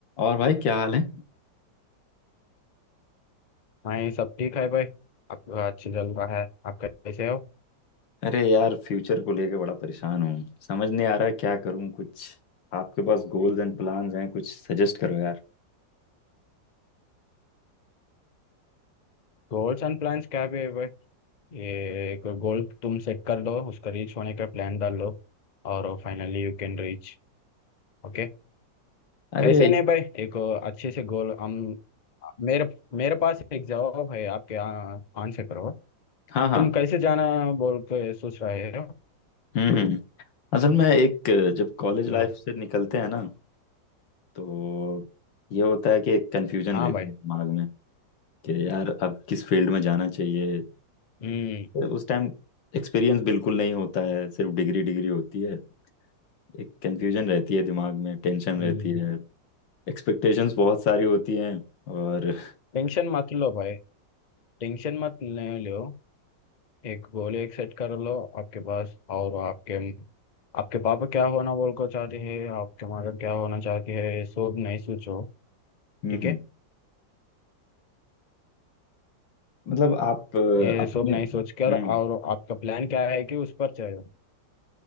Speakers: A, on the left (about 85°); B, on the left (about 45°).
A: और भाई क्या हाल है
B: हाँ ये सब ठीक है भाई आपका अच्छी चल रहा है आप कैसे हो
A: अरे यार फ्यूचर को लेके बड़ा परेशान हूँ समझ नहीं आ रहा क्या करूँ कुछ आपके पास गोल्स एंड प्लान्स हैं कुछ सजेस्ट करो यार
B: गोल्स एंड प्लान्स क्या भी है भाई ये कोई गोल तुम सेट कर दो उसका रीच होने का प्लान डाल लो और finally you can reach Okay
A: अरे
B: कैसे नहीं
A: इस-
B: भाई एक अच्छे से गोल हम मेरे मेरे पास एक जवाब है आपके आंसर करो
A: हाँ हाँ
B: तुम कैसे जाना बोल के सोच रहे हो
A: हम्म हम्म हम्म। असल में एक अ, जब कॉलेज लाइफ
B: लो
A: से निकलते हैं ना तो ये होता है कि एक कन्फ्यूजन
B: हाँ
A: रहती
B: भाई
A: है दिमाग में कि यार अब किस फील्ड में जाना चाहिए
B: हम्म
A: उस टाइम एक्सपीरियंस बिल्कुल नहीं होता है सिर्फ डिग्री डिग्री होती है एक कंफ्यूजन रहती है दिमाग में टेंशन
B: हम्म
A: रहती है एक्सपेक्टेशंस बहुत सारी होती हैं और <laughs>
B: टेंशन मत लो भाई टेंशन मत ले लो एक गोली एक सेट कर लो आपके पास और आपके आपके पापा क्या होना बोल को चाहते हैं आपके मदर क्या होना चाहती है ये सब नहीं सोचो
A: हम्म
B: ठीक
A: हम्म,
B: है
A: मतलब आप अ,
B: ये
A: अपने
B: सब नहीं सोचकर
A: हम्म
B: और आपका प्लान क्या है कि उस पर चलो